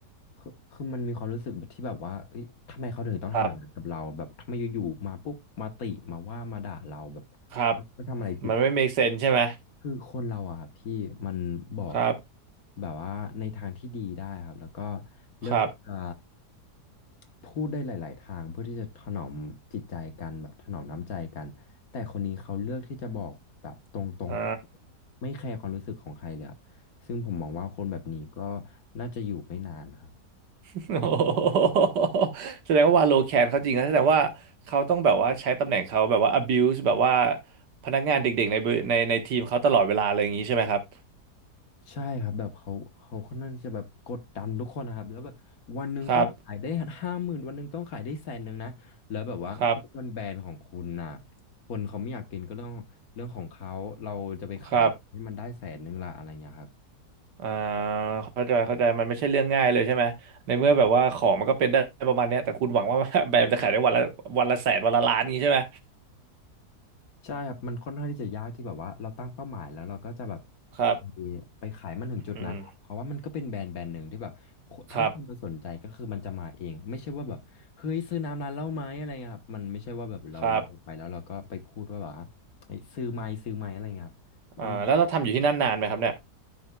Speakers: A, on the left; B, on the right.
A: คือคือมันมีความรู้สึกที่แบบว่าเอ้ยทำไมเขาถึงต้องทำแบบนั้นกับเราแบบทำไมอยู่ๆมาปุ๊บมาติมาว่ามาด่าเราแบบ
B: ครับครับ
A: มันทำอะไรผิด
B: มันไม่ make sense ใช่ไหม
A: คือคนเราอะครับพี่มันบอก
B: ครับ
A: แบบว่าในทางที่ดีได้ครับแล้วก็เลือกที่จะ
B: ครับ
A: พูดได้หลาย ๆ ทางเพื่อที่จะถนอมจิตใจกันแบบถนอมน้ำใจกันแต่คนนี้เขาเลือกที่จะบอกแบบตรง
B: อ่า
A: ๆไปไม่แคร์ความรู้สึกของใครเลยครับซึ่งผมมองว่าคนแบบนี้ก็น่าจะอยู่ไม่นานครับ
B: <laughs> โอ้โหแสดงว่าวาโลแคนเขาจริงนะแสดงว่าเขาต้องแบบว่าใช้ตำแหน่งเขาแบบว่า abuse แบบว่าพนักงานเด็กๆในบริในในทีมเขาตลอดเวลาอะไรอย่างนี้ใช่ไหมครับ
A: ใช่ครับแบบเขาเขาค่อนข้างที่จะแบบกดดันทุกคนนะครับแล้วแบบวันหนึ่งต้องขายได้ห้าหมื่นวันหนึ่งต้องขายได้แสนหนึ่งนะแล้วแบบว่าก็เป็นแบรนด์ของคุณน่ะ
B: ครับครับ
A: คนเขาไม่อยากกินก็เรื่องเรื่องของเขาเราจะไปขายให้มันได้แสนหนึ่งละอะไรเงี้ยครับ
B: ครับอ่าเข้าใจเข้าใจมันไม่ใช่เรื่องง่ายเลยใช่ไหมในเมื่อแบบว่าของมันก็เป็นได้ประมาณเนี้ยแต่คุณหวังว่า <laughs> แบรนด์จะขายได้วันละวันละแสนวันละล้านนี้ใช่ไหม
A: ใช่ครับมันค่อนข้างที่จะยากที่แบบว่าเราตั้งเป้าหมายแล้วเราก็จะแบบ
B: ครับ
A: ไปไปขายมันถึงจุดนั้นเพราะว่ามันก็เป็นแบรนด์แบรนด์หนึ่งที่แบบโคถ้าคนมาสนใจก็คือมันจะมาเองไม่ใช่ว่าแบบเฮ้ยซื้อน้ำร้านเหล้าไหมอะไรเงี้ยครับมันไม่ใช่ว่าแบบเราเดินไปแล้วเราก็ไปพูดว่าแบบว่าเฮ้ยซื้อไหมซื้อไหมอะไรเงี้ยครับมัน
B: อืมครับ ครับอ่าแล้วเราทำอยู่ที่นั่นนานไหมครับเนี่ย